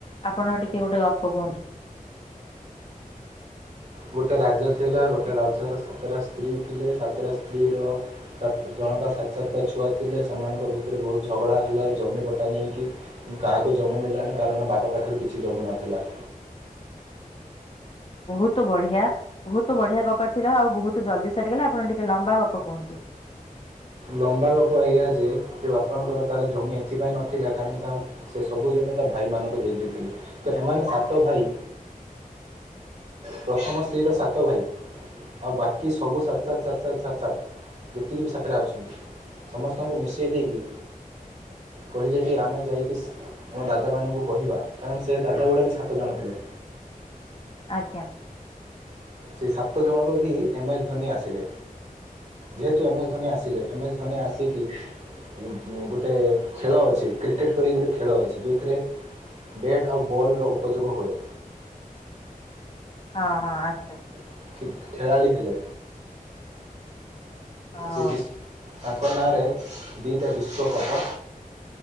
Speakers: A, on the left; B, on the right.
A: ଆପଣ ଟିକେ ଗୋଟେ ଗପ କୁହନ୍ତୁ।
B: ଗୋଟେ ରାଜା ଥିଲା। ଗୋଟେ ରାଜା ର ସାତଟା ସ୍ତ୍ରୀ ଥିଲେ। ସାତଟା ସ୍ତ୍ରୀ ର ସାତ ସା ଜଣକା ସାତ ସାତଟା ଛୁଆ ଥିଲେ। ସେମାନଙ୍କ ଭିତରେ ବହୁତ ଝଗଡ଼ା ହେଲା ଜମି ପଟା ନେଇକି। କିନ୍ତୁ କାହାକୁ ଜ ଜମି ମିଳିଲାନି କାରଣ ବାପା ପାଖରେ କିଛି ଜମି ନଥିଲା।
A: ବହୁତ ବଢିଆ, ବହୁତ ବଢିଆ ଗପ ଥିଲା। ଆଉ ବହୁତ ଜଲଦି ସରିିଗଲା। ଆପଣ ଟିକେ ଲମ୍ବା ଗପ କୁହନ୍ତୁ। <inaudible>
B: ଲମ୍ବା ଗପ ଏଇଆ ଯେ ସେ ବାପାଙ୍କର ତାର ଜମି ଏଥିପାଇଁ ନଥିଲା କାରଣ ତାଙ୍କ ସେ ସବୁ ଜମି ତା ଭାଇ ମାନଙ୍କୁ ଦେଇ ଦେଇଥିଲେ। ତ ଏମାନେ ସାତ ଭାଇ ପ୍ରଥମ ସ୍ତ୍ରୀର ସାତ ଭାଇ। ଆଉ ବାକି ସବୁ ସାତ ସାତ ସାତ ସାତ ସାତ ସାତ ଯେତିକି ବି ସାତଟା ଅଛ ଛନ୍ତି, ସମସ୍ତଙ୍କୁ ମିଶେଇ ଦେଇକି କହିଲେ କି ଆମେ ଯାଇକି ଆମ ଦାଦା ମାନଙ୍କୁ କହିବା କାରଣ ସେ ଦାଦା ଗୁଡା ବି ସାତ ଜଣ ଥିଲେ।
A: ଆଜ୍ଞା।
B: ସେ ସାତ ଜଣରୁ ହିଁ ଏମ ଏସ୍ ଧୋନି ଆସିଲେ। ଯେହେତୁ ଏମ ଏସ୍ ଧୋନି ଆସିଲେ ଏମ୍ ଏସ୍ ଧୋନି ଆସିକି ଇ, ଯୁଁ-ଗୋଟେ ଖେଳ ଅଛି କ୍ରିକେଟ୍ କରିକି ଗୋଟେ ଖେଳ ଅଛି। ଯୋଉଥିରେ ବେଟ୍ ଆଉ ବଲ୍ ର ଉପଯୋଗ ହୁଏ।
A: ହଁ, ହଁ, ଆଚ୍ଛା।
B: ଖିକ୍ ଖେଳାଳି ହେଲେ।
A: ହଉ
B: ସେ ବିସ୍ ତାଙ୍କ ନାଁରେ ଦିଟା ବିଶ୍ୱକପ